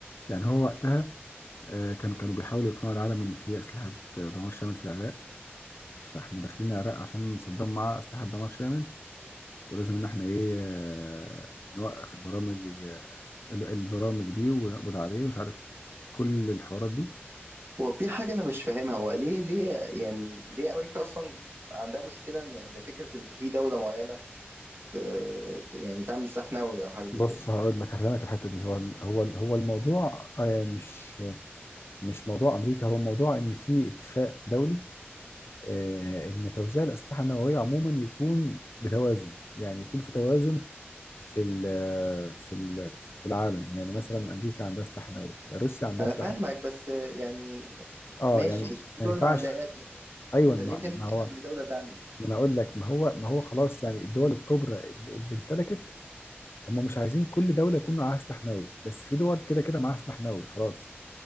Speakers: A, on the left (about 70°); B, on the right (about 65°).
A: يعني هو وقتها آه، كانوا كانوا بيحاولوا يقنعوا العالم ان في اسلحه دمار شامل في العراق فاحنا داخلين العراق عشان صدام معاه اسلحه دمار شامل ولازم ان احنا ايه آه، نوقف البرامج آه، ال- البرامج دي ونقبض عليه ومش عارف كل الحوارات دي
B: هو في حاجه انا مش فاهمها هو ليه ليه يعني ليه امريكا اصلا عندها مشكله ان إن فكره ان في دوله معينه آه، يعني تعمل سحناوي او حاجه زي
A: بص
B: كده
A: هقول لك هفهمك الحته دي هو هو هو الموضوع آه، مش مش موضوع امريكا هو موضوع ان في اتفاق دولي آه، ان توزيع الاسلحه النوويه عموما يكون بتوازن يعني يكون في توازن في ال في ال في العالم يعني مثلا امريكا عندها سلاح نووي روسيا عندها
B: انا
A: سلاح
B: فاهمك
A: نووي.
B: بس آه، يعني
A: اه
B: ماشي
A: يعني
B: بس في
A: ما
B: دول
A: ينفعش
B: ما عندهاش مثلا
A: ايوه
B: انت
A: ما
B: ليه تمنع
A: ما هو
B: ان دوله تعمل
A: ما انا اقول لك ما هو ما هو خلاص يعني الدول الكبرى اللي اللي امتلكت هم مش عايزين كل دوله يكون معاها سلاح نووي بس في دول كده كده معاها سلاح نووي خلاص